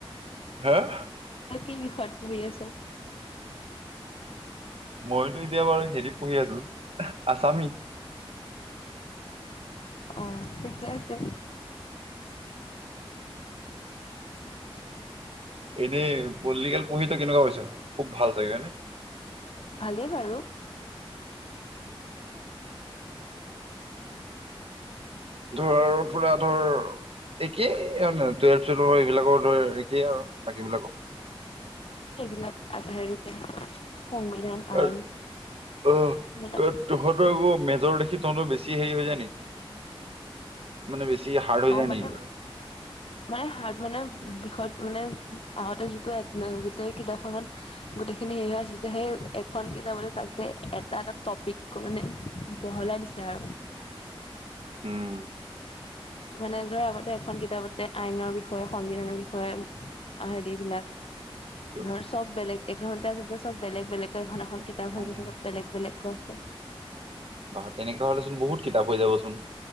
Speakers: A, on the right; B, on the left.
A: হেহ
B: আৰু, কি বিষয় ত পঢ়ি আছ।
A: মইতো এতিয়া বাৰু, হেৰিত পঢ়ি আছো আছামি।
B: অ', ঠিকে আছে।
A: এনেই পল্টিকেল পঢ়ি তই কেনেকুৱা পাইছ, খুব ভাল চাগে হয় নে।
B: ভালেই বাৰু।
A: ধৰ, পুৰা ধৰ। একেই এ টুৱেলভ-চুৱেভৰ পোৰা, এইবিলাকৰ ধৰ একেই আৰু বাকী বিলাকৰ।
B: সেইবিলাক আজাৰী তেনে সংবিধান।
A: কাৰণ
B: আইন
A: অ',
B: এইবিলাক।
A: কাৰণ তহঁতৰ আকৌ মেজৰ দেখি, তহঁতৰ বেছি বেছি হেৰি হৈ যায় নেকি, মানে বেছি হাৰ্ড হৈ
B: অ',
A: যায়
B: মানে
A: নেকি
B: মানে হাৰ্ড মানে, বিষয় মানে আগতে শিকোৱা একো নাই, গোটেই কিতাপখনত গোটেইখিনি হেৰি হৈ আছিল যে, সেই এখন কিতাপতে তাকে এটা এটা টপিক কৈ মানে বহলাই দিছে আৰু।
A: উম।
B: মানে ধৰা আগতে এখন কিতাপতে, আইনৰ বিষয়ে সংবিধানৰ বিষয়ে আ হেৰি বিলাক
A: উম
B: ধৰ চব বেলেগ, এঘন্টা যেতিয়া চব, বেলেগ বেলেগ তই এখন এখন কিতাপ হৈ
A: অ
B: গৈছে য'ত বেলেগ, বেলেগকৈ আছে।
A: বাহ, তেনেকৈ হ'লেচোন বহুত কিতাপ হৈ যাবচোন।